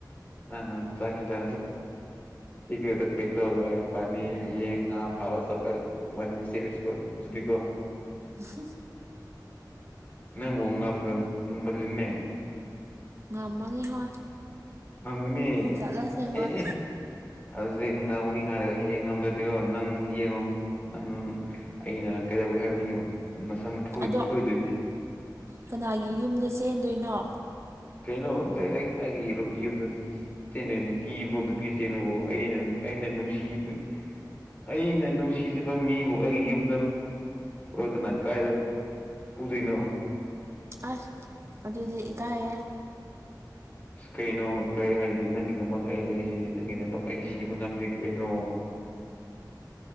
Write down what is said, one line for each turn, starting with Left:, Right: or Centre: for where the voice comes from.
Left: ꯅ ꯅ ꯆꯥꯛ ꯆꯪꯗ ꯏ ꯇ ꯄꯤ ꯇꯒꯅꯤ ꯌꯦꯌꯦꯡ ꯐꯋꯥ ꯆꯄꯅꯤ ꯁꯤ ꯣ ꯑꯗꯨꯗꯤ ꯀꯣ
Right: ꯎ
Left: ꯅꯪꯕꯣ ꯉ ꯑꯃꯒ ꯃꯗꯔꯤꯅꯦ
Right: ꯉꯃꯒꯤ ꯍꯣꯏ
Left: ꯉꯪꯒꯅꯦ
Right: ꯆꯠꯂꯁꯦ ꯍꯣꯏ
Left: ꯑꯦ ꯑꯦ ꯍꯧꯖꯤꯛ ꯉꯧꯅꯤ ꯍꯥꯏꯔꯒ ꯍꯌꯦꯡ ꯉꯝꯗ꯭ꯔꯗꯤꯀꯣ ꯅꯪ ꯌꯦꯡꯉꯣ ꯅꯪ ꯑꯩꯅ ꯀꯩꯗꯧꯒꯦ ꯍꯥꯏꯕꯗꯤ ꯌꯦꯡꯉꯣ ꯅꯝ
Right: ꯑꯗꯣ
Left: ꯐꯣꯏꯗꯣꯏꯅꯦ
Right: ꯀꯅꯥꯒꯤ ꯌꯨꯝꯗ ꯆꯦꯟꯗꯣꯏꯅꯣ
Left: ꯀꯩꯅꯣ ꯗꯥꯏꯔꯦꯛ ꯍꯥꯏ ꯌꯨꯝꯗ ꯆꯦꯟꯅꯅꯦ ꯀꯤꯕ꯭ꯔꯣꯗ ꯄꯤꯔ ꯆꯦꯟꯅꯕ ꯑꯩꯅ ꯑꯩꯅ ꯅꯨꯡꯁꯤꯕ ꯑꯩꯅ ꯅꯨꯡꯁꯤꯖꯕ ꯃꯤꯕꯨ ꯑꯩꯒꯤ ꯌꯨꯝꯗ ꯄꯨꯔꯣꯛꯇꯅ ꯀꯥꯏꯗ ꯄꯨꯗꯅꯣ
Right: ꯑꯁ ꯑꯗꯨꯗꯤ ꯏꯀꯥꯏꯌꯦꯦ
Left: ꯑꯁ ꯀꯩꯅꯣ ꯀꯔꯤ ꯍꯥꯏꯁꯤꯗꯤ ꯅꯪꯒꯤꯗꯃꯛ ꯑꯩ ꯂꯩꯔꯤꯁꯤꯗꯤ ꯅꯪꯒꯤꯗꯃꯛ ꯑꯩ ꯁꯤꯕ ꯉꯝꯗꯦ ꯀꯩꯅꯣ